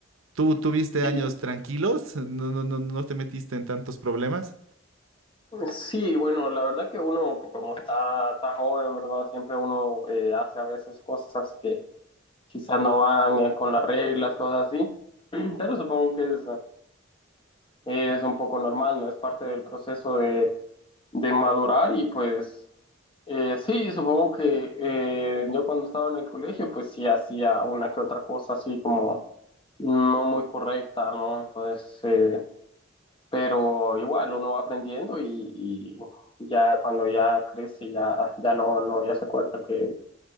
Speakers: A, on the right; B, on the left.
A: ¿Tú tuviste
B: Sí,
A: años tranquilos? ¿No, no, no, no te metiste en tantos problemas?
B: Sí, bueno, la verdad que uno, como está, está joven, ¿verdad? Siempre uno eh, hace a veces cosas que quizás no van eh, con las reglas, cosas así, <clears throat> pero supongo que es, eh, es un poco normal, ¿no? Es parte del proceso de, de madurar y pues eh, sí, supongo que eh, yo cuando estaba en el colegio pues sí hacía una que otra cosa así como no muy correcta, ¿no? Entonces, eh, pero igual uno va aprendiendo y, y ya cuando ya crece ya, ya no, no, ya se acuerda que,